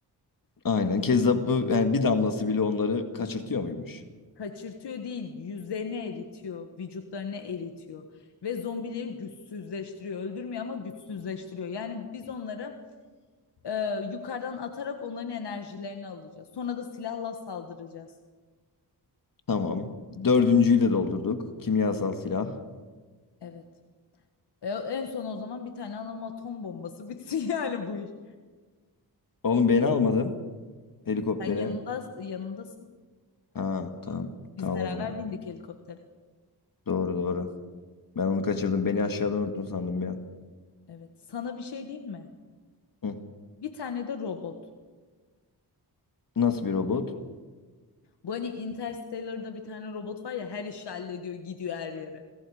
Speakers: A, on the left; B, on the left.
A: Aynen. Kezzaplı yani bir damlası bile onları kaçırtıyor muymuş?
B: Kaçırtıyor değil, yüzlerini eritiyor, vücutlarını eritiyor ve zombileri güçsüzleştiriyor. Öldürmüyor ama güçsüzleştiriyor. Yani biz onları e, yukarıdan atarak onların enerjilerini alacağız. Sonra da silahla saldıracağız.
A: Tamam. Dördüncüyü de doldurduk. Kimyasal silah.
B: Evet. E, en son o zaman bir tane alalım atom bombası <laughs> bitsin yani bu iş.
A: Oğlum beni almadın helikoptere.
B: Sen yanımda, yanımdasın.
A: Ha tamam.
B: Biz
A: Tamam
B: beraber
A: o zaman.
B: bindik helikoptere.
A: Doğru doğru. Ben onu kaçırdım. Beni aşağıda unuttun sandım ya.
B: Evet. Sana bir şey diyeyim mi?
A: Hı.
B: Bir tane de robot.
A: Nasıl bir robot?
B: Bu hani Interstellar'da bir tane robot var ya her işi hallediyor gidiyor her yere.